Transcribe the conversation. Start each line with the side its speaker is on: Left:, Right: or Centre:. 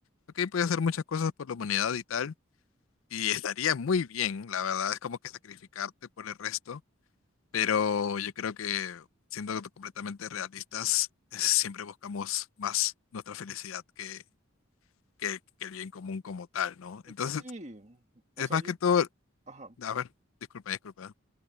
Left: Ok, puedes hacer muchas cosas por la humanidad y tal, y estaría muy bien, la verdad, es como que sacrificarte por el resto, pero yo creo que siendo completamente realistas, es- siempre buscamos más nuestra felicidad que, que, que el bien común como tal, ¿no? Entonces,
Right: Sí, o
Left: es
Right: sea,
Left: más
Right: yo,
Left: que todo
Right: ajá.
Left: a ver, disculpa, disculpa.